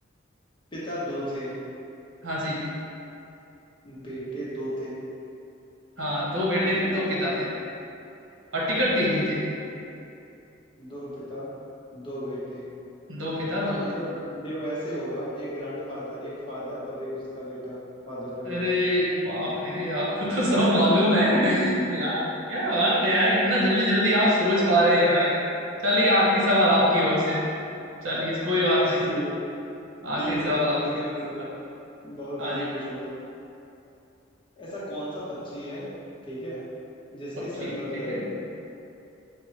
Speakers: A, on the left (about 25°); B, on the right (about 85°).
A: पिता दो थे
B: हाँ जी
A: बेटे दो थे
B: हाँ दो बेटे थे दो पिता थे और टिकट तीन ही थे
A: दो पिता दो बेटे
B: दो पिता
A: हाँ
B: दो
A: मतलब
B: बेटे
A: देखो ऐसे होगा एक ग्रैंडफादर एक फादर और एक उसका बेटा फादर का बेटा
B: अरे बाप रे आपको तो सब मालूम है <laughs> यार क्या बात है यार इतना जल्दी जल्दी आप सोच पा रहे हैं भाई चलिए आखिरी सवाल आपकी ओर से चलिए कोई बात
A: चलिए
B: नहीं आखिरी
A: ठीक है
B: सवाल
A: बहुत
B: आपकी
A: इजी
B: ओर
A: पूछूंगा
B: से बताए
A: बहुत
B: हाँ
A: इजी
B: जी
A: पूछूंगा ऐसा कौन सा पक्षी है ठीक है जिसके
B: पक्षी
A: सर पर
B: ठीक
A: पैर
B: है
A: होते हैं